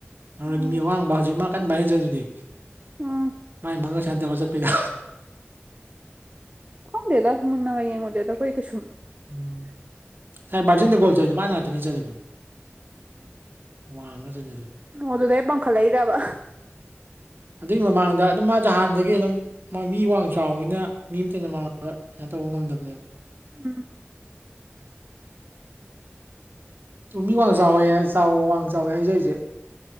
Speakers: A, on the right (about 50°); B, on the right (about 35°).
A: ꯅꯣꯔꯦꯒꯤ
B: ꯎꯝ
A: ꯃꯤ ꯑꯋꯥꯡꯕ ꯍꯧꯖꯤꯛ ꯃꯥ ꯀꯟ ꯕꯥꯏꯔꯦꯜ ꯆꯠꯂꯤꯗꯨꯗꯤ
B: ꯎꯝ
A: ꯥꯏ ꯃꯉ ꯁꯥꯟ ꯁꯨꯃꯥꯏꯟ ꯇꯧꯔ ꯆꯠꯄꯤꯗꯣ
B: ꯈꯪꯗꯦꯗ ꯃꯨꯟꯅꯒ ꯌꯦꯡꯉꯨꯗꯦꯗ ꯈꯣꯏ ꯀꯩꯁꯨꯨꯝ
A: ꯎꯝ ꯁꯥꯥꯏ ꯕꯥꯔꯖꯤꯟꯗ ꯒꯣꯜ ꯆꯜꯂꯤꯗꯣ ꯃꯥ ꯉꯥꯛꯇꯅꯤ ꯆꯠꯂꯣꯏꯗ ꯋꯥꯉ ꯆꯖ ꯂꯩ
B: ꯑꯗꯨꯗ ꯄꯡꯈꯠꯂꯛꯏꯔ꯭ꯕ
A: ꯑꯗꯨꯒꯤ ꯃꯃꯥꯡꯗ ꯑꯗꯨꯝ ꯃꯥꯁꯦ ꯍꯥꯟꯅꯗꯒꯤ ꯑꯗꯨꯝ ꯃꯥ ꯃꯤ ꯋꯥꯡ ꯆꯥꯎꯕꯅꯤꯅ ꯃꯤ ꯑꯃꯇꯅ ꯃꯃꯗ ꯀꯩꯅꯣ ꯇꯧꯕ ꯉꯝꯗꯕꯅꯦꯕ
B: ꯎꯝ
A: ꯇꯃꯤ ꯋꯥ ꯆꯦ ꯆꯥꯎ ꯋꯥ ꯆꯥꯎꯋꯦ ꯍꯥꯏꯖꯁꯦ